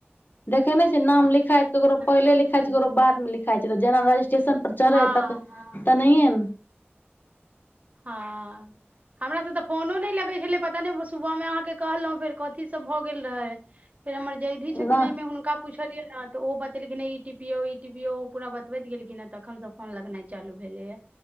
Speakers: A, on the left; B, on the right.
A: देखै नै छै नाम लिखाइत केकरो पहिले
B: चालू
A: लिखाई
B: भेलै
A: छै केकरो बाद मे लिख खाइत छै जेना रजीस्टेशन पर चहरैह
B: हँ
A: है तक
B: हँ
A: तऽ नहिये
B: हँ हमरास तऽ फोनो नहि लगै छलै पता नहि सुबहमे अहाँकेँ कहलहुँ फेर कथीसभ भऽ गेल रहै फेर हमर जयधि छथिन
A: ने
B: एहिमे हुनका पूछलियै न तऽ ओ बतेलखिन ई टीपीयौ ई टीपीयौ पूरा बतबैत गेलखिन ह तखन स फोन लगनाइ चालू भेलेय